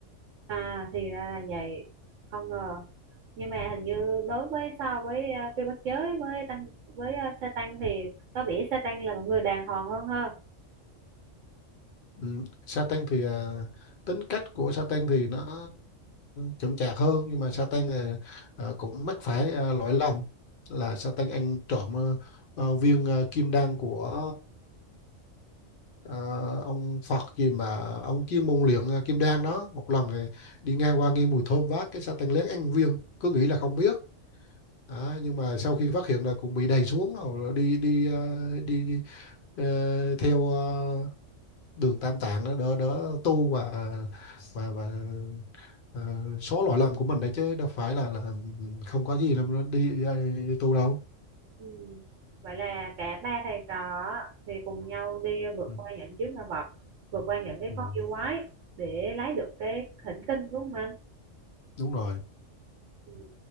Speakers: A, on the right; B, on the left.
A: À thì ra là vậy. Không ngờ. Nhưng mà hình như đối với so với à, Trư Bát Giới với tăng với à, Sa Tăng thì có vẻ Sa Tăng là một người đàng hoàng hơn ha.
B: Ừ, Satan thì à, tính cách của Satan thì nó chững chạc hơn nhưng mà Satan à, à, cũng mắc phải à, lỗi lầm là Satan ăn trộm à, à, viên à, kim đan của à, ông Phật gì mà ông chuyên môn luyện à, kim đan đó một lần thì đi ngang qua nghe mùi thơm vác cái Satan lén ăn viên cứ nghĩ là không biết À, nhưng mà sau khi phát hiện là cũng bị đày xuống rồi đi đi à, đi, đi à, theo ờ, đường tam tạng đó đỡ đỡ tu và và và ờ, số lỗi lầm của mình đấy chứ đâu phải là là không có gì đâu nó đi, đi, đi tu đâu
A: Ừm, Vậy là cả ba thầy trò á, thì cùng nhau đi vượt
B: ừ,
A: qua những chướng ngại vật, vượt qua những cái
B: ừ,
A: con yêu quái để lấy được cái thỉnh kinh đúng không anh?
B: đúng rồi
A: Ừm.